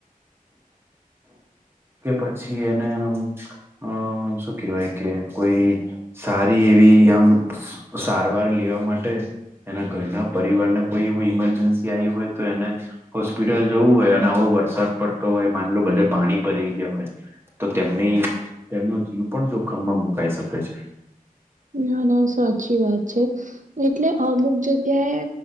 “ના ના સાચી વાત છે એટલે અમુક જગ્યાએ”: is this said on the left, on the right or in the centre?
Right